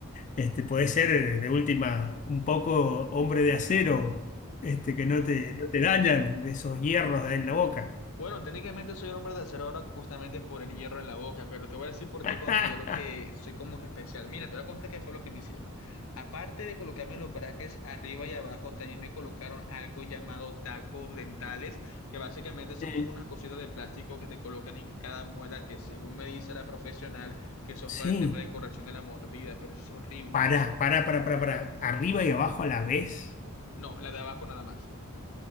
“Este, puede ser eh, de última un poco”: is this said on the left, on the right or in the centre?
Left